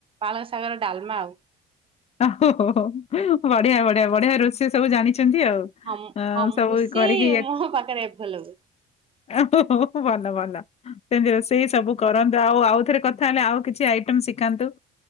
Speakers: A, on the right; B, on the left.
A: ପାଳଙ୍ଗ ଶାଗର ଡାଲମା ଆଉ।
B: ଓହ ବଢିଆ ବଢିଆ ବଢିଆ ରୋଷେଇ ସବୁ ଜାଣିଛନ୍ତି ଆଉ।
A: ହଁମୁଁ
B: ଅ
A: ହଁ ମୁଁ
B: ସବୁ
A: ରୁଷେଇ
B: କରିକି
A: ମୋ ପାଖରେ ଆ ଭଲ ହୁଏ।
B: ଓ ଓ ହ ଭଲ ଭଲ ସେମିତି ର ସେ ସବୁ କରନ୍ତୁ ଆଉ ଆଉଥରେ କଥା ହେଲେ ଆଉ କିଛି ଆଇଟମ ଶିଖାନ୍ତୁ।